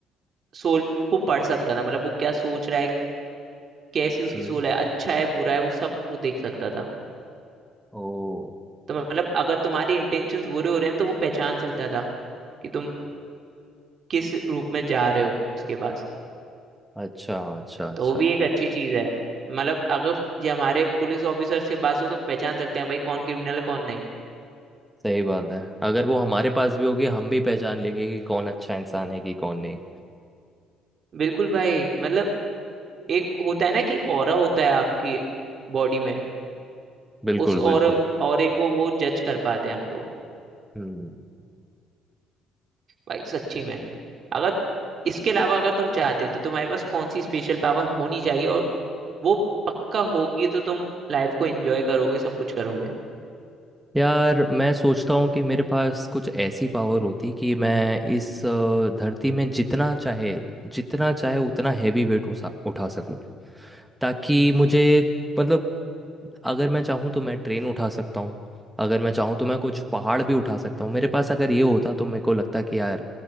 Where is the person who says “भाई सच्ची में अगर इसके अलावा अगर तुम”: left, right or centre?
Right